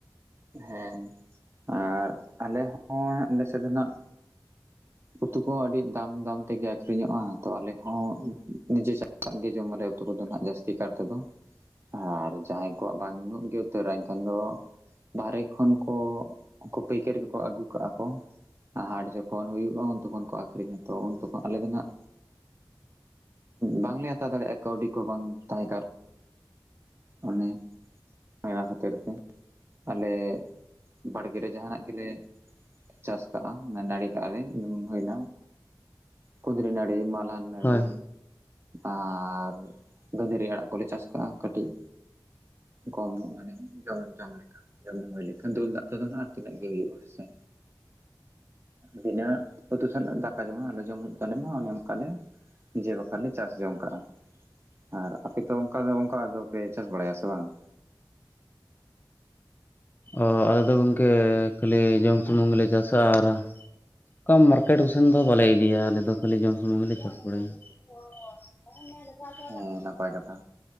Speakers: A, on the right; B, on the left.
A: ᱦᱮᱸ ᱟᱨ ᱟᱞᱮ ᱦᱚᱸ ᱟᱞᱮ ᱥᱮᱫᱨᱮᱱᱟᱜ ᱩᱛᱩ ᱠᱚᱦᱚᱸ ᱟᱹᱰᱤ ᱫᱟᱢ ᱫᱟᱢ ᱛᱮᱜᱮ ᱟᱠᱷᱨᱤᱧᱚᱜᱼᱟ᱾ ᱛᱚ ᱟᱞᱮ ᱦᱚᱸ ᱱᱤᱡᱮ ᱪᱟ ᱠᱟᱜ ᱜᱮ ᱡᱚᱢ ᱟᱞᱮ ᱩᱛᱩ ᱠᱚᱫᱚ ᱱᱦᱟᱜ ᱡᱟᱹᱥᱛᱤ ᱠᱟᱨ ᱛᱮᱫᱚ। ᱟᱨ ᱡᱟᱦᱟᱸᱭ ᱠᱚᱣᱟᱜ ᱵᱟᱱᱩᱜ ᱜᱮ ᱩᱛᱟᱹᱨᱟ ᱮᱱᱠᱷᱟᱱ ᱫᱚ ᱵᱟᱦᱟᱨᱮ ᱠᱷᱚᱱ ᱠᱚ ᱩᱱᱠᱩ ᱯᱟᱹᱭᱠᱟᱹᱨᱤ ᱠᱚᱠᱚ ᱟᱹᱜᱩ ᱠᱟᱜᱼᱟ ᱠᱚ, ᱦᱟᱴ ᱡᱚᱠᱷᱚᱱ ᱦᱩᱭᱩᱜᱼᱟ ᱩᱱ ᱛᱚᱠᱷᱚᱱ ᱠᱚ ᱟᱠᱷᱨᱤᱧᱟ। ᱛᱚ ᱩᱱ ᱟᱞᱮ ᱫᱚ ᱱᱷᱟᱜ ᱵᱟᱝᱞᱮ ᱦᱟᱛᱟᱣ ᱫᱟᱲᱮᱭᱟᱜᱼᱟ ᱠᱟᱹᱣᱰᱤ ᱠᱚ ᱵᱟᱝ ᱛᱟᱦᱮᱸ ᱠᱟᱨᱛᱮ᱾ ᱚᱱᱮ ᱚᱱᱟ ᱠᱷᱟᱹᱛᱤᱨ ᱛᱮ, ᱟᱞᱮ ᱵᱟᱲᱜᱮ ᱨᱮ ᱡᱟᱦᱟᱱᱟᱜ ᱜᱮᱞᱮ ᱪᱟᱥ ᱠᱟᱜᱼᱟ ᱱᱟᱹᱲᱤ ᱠᱟᱜᱼᱟ ᱞᱤᱧ, ᱦᱩᱭᱱᱟ ᱠᱩᱫᱽᱨᱤ ᱱᱟᱹᱲᱤ ᱢᱟᱞᱦᱟᱱ ᱱᱟᱹᱲᱤ
B: ᱦᱳᱭ
A: ᱟᱨ ᱜᱟᱹᱫᱷᱟᱹᱨᱤ ᱟᱲᱟᱜ ᱠᱚᱞᱮ ᱪᱟᱥ ᱠᱟᱜᱼᱟ ᱠᱟᱹᱴᱤᱡ। ᱠᱚᱢ ᱧᱚᱜ ᱢᱟᱱᱮ ᱡᱚᱢ ᱡᱚᱢ ᱞᱮᱠᱟ। ᱡᱚᱢ ᱧᱚᱜ ᱦᱩᱭ ᱞᱮᱠᱷᱟᱱ ᱫᱩᱞ ᱫᱟᱜ ᱛᱮᱫᱚ ᱱᱷᱟᱜ ᱟᱨ ᱛᱤᱱᱟᱹᱜ ᱜᱮ ᱦᱩᱭᱩᱜᱼᱟ ᱦᱮᱸᱥᱮ। ᱵᱤᱱᱟᱹᱜ ᱩᱛᱩ ᱥᱟᱞᱟᱜ ᱫᱟᱠᱟ ᱡᱚᱢ ᱟᱞᱚ ᱡᱚᱢ ᱦᱩᱭᱩᱜ ᱛᱟᱞᱮ ᱢᱟ ᱚᱱᱮ ᱚᱱᱠᱟ ᱞᱮ ᱱᱤᱡᱮ ᱵᱟᱠᱷᱟᱱ ᱞᱮ ᱪᱟᱥ ᱡᱚᱝ ᱠᱟᱜᱼᱟ। ᱟᱨ ᱟᱯᱮ ᱛᱚ ᱚᱱᱠᱟ ᱫᱚ ᱚᱱᱠᱟ ᱫᱚᱯᱮ ᱪᱟᱥ ᱵᱟᱲᱟᱭᱟ ᱥᱮ ᱵᱟᱝᱟ?
B: ᱚ ᱟᱞᱮᱫ ᱫᱚ ᱜᱚᱝᱠᱮ ᱠᱷᱟᱹᱞᱤ ᱡᱚᱢ ᱥᱩᱢᱩᱝ ᱜᱮᱞᱮ ᱪᱟᱥᱟ। ᱟᱨ ᱼᱼ ᱠᱟᱢ <unintelligible> ᱢᱟᱨᱠᱮᱴ ᱠᱚᱥᱮᱱ ᱫᱚ ᱵᱟᱞᱮ ᱤᱫᱤᱭᱟ, ᱟᱞᱮᱫᱚ ᱠᱷᱟᱹᱞᱤ ᱡᱚᱢ ᱥᱩᱢᱩᱝ ᱜᱮᱞᱮ ᱪᱟᱥ ᱵᱟᱲᱟᱭᱟ। <inaudible> <inaudible>
A: ᱚᱸ ᱱᱟᱯᱟᱭ ᱠᱟᱛᱷᱟ।